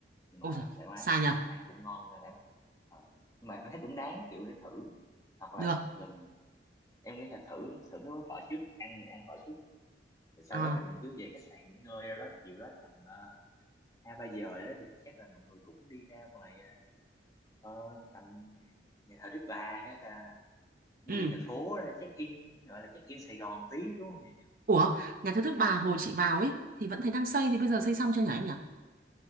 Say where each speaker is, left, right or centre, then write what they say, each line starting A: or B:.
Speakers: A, on the left; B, on the right.
A: nhưng mà
B: ôi giời
A: thoải mái
B: xa nhờ
A: thì ăn cũng ngon nên là em thấy ờ, nhưng mà em thấy cũng đáng kiểu để thử hoặc là
B: được
A: gần em nghĩ là thử thử mấy món phở trước ăn thì ăn phở trước rồi sau
B: ờ
A: đó mình cứ về khách sạn nghỉ ngơi đâu đó chiều đó tầm ờ, hai ba giờ đó thì chắc là mọi người cũng đi ra ngoài ờ, ờ, tầm nhà thờ Đức Bà hay là bưu
B: ừ
A: điện thành phố ra check in gọi là check in Sài Gòn tí đúng không nhỉ
B: Ủa, nhà thờ Đức Bà hồi
A: làm
B: chị vào
A: t-
B: ấy thì vẫn thấy đang xây thì bây giờ xây xong chưa nhỉ em nhỉ?